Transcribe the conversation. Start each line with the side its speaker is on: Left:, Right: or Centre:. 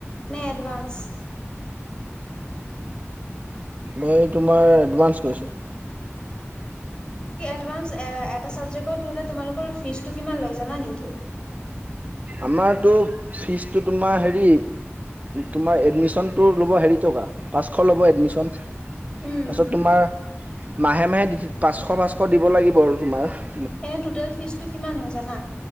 Left: নে <unintelligible> এডভানস?
Right: মই তোমাৰ এডভানস কৰিছোঁ -
Left: এডভানস এটা চাবজেক্টত হ'লে তোমালোকৰ ফিজটো কিমান লয় জানা নেকি?
Right: আমাৰতো ফিজতটো তোমাৰ হেৰি তোমাৰ এডমিচনটো <unintelligible> ল'ব হেৰি টকা পাঁচশ ল'ব এডমিশ্যন -
Left: উম,
Right: তাৰপিছত তোমাৰ মাহে মাহে পাঁচশ পাঁচশ দিব লাগিব আৰু তোমাৰ-
Left: এ টোটেল ফিজটো কিমান হয় জানা?